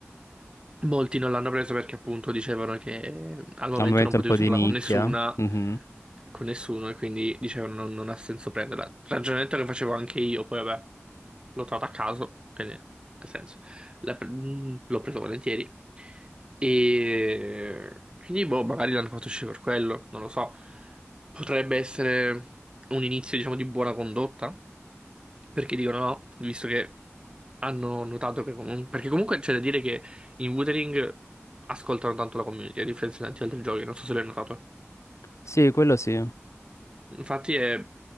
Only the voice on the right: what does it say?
Molti non l'hanno presa perché appunto dicevano che eh, al momento
non potevi
usarla
con nessuna,
con nessuno e quindi dicevano non, non ha senso prenderla. Ragionamento che facevo anche io, poi vabbè, l'ho trovata a caso, quindi ha senso. La pre- mm, L'ho preso volentieri. E quindi boh, magari l'hanno fatto uscire per quello, non lo so. Potrebbe essere un inizio, diciamo, di buona condotta, perché dicono no, visto che hanno notato che comunque... Perché comunque c'è da dire che... In Wuthering ascoltano tanto la community, a differenza di tanti altri giochi, non so se l'hai notato.
Infatti è